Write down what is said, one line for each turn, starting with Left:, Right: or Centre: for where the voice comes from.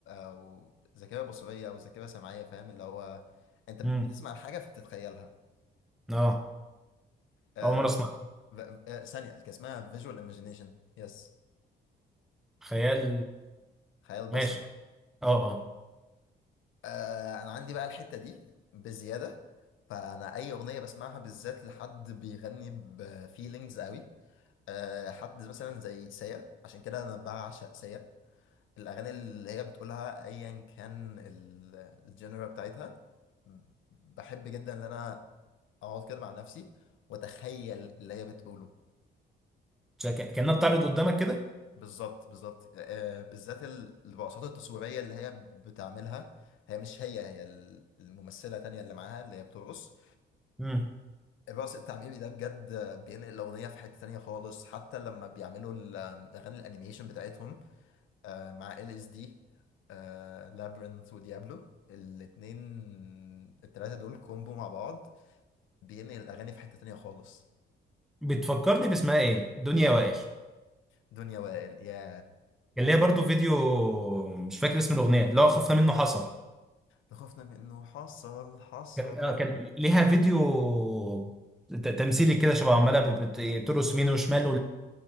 Left: او ذاكره بصريه او ذاكره سمعيه فاهم اللي هو انت بتسمع
Centre: امم
Left: الحاجه فبتتخيلها
Centre: اه
Left: آه،
Centre: اول مره اسمع
Left: ف- آه، ثانيه كان اسمها فيجوال ايماجينيشن يس
Centre: خيال
Left: خيال بصري
Centre: ماشي اه اه
Left: آه، انا عندي بقى الحته دي بزياده فانا اي اغنيه بسمعها بالذات لحد بيغني بفيلينجز قوي آه، حد مثلا زي سيا عشان كده انا بعشق سيا الاغاني اللي هي بتقولها ايا كان ال- الجنرا بتاعتها بحب جدا ان انا اقعد كده مع نفسي واتخيل اللي هي بتقوله
Centre: شا- ك- كانها بتعرض قدامك كده
Left: بالظبط بالظبط آه، بالذات ال- الرقصات التصويريه اللي هي بتعملها هي مش هي هي ال- الممثله تانية اللي معاها اللي هي بترقص
Centre: امم
Left: الرقص التعبيري ده بجد بينقل الاغنيه في حته تانية خالص حتى لما بيعملوا ال- الاغاني الانيميشن بتاعتهم آه، مع ال اس دي لابرنث وديابلو الاتنين التلاتة دول كومبو مع بعض بينقل الأغاني في حتة تانية خالص
Centre: بتفكرني باسمها ايه دنيا وائل
Left: دنيا وائل يا
Centre: كان ليها برضو فيديو مش فاكر اسم الاغنيه اللي هو خفنا منه حصل
Left: لخوفنا من إنه حصل حصل
Centre: كان آه، كان ليها فيديو ت- تمثيلي كده شبه عماله بت- بت- بترقص يمين وشمال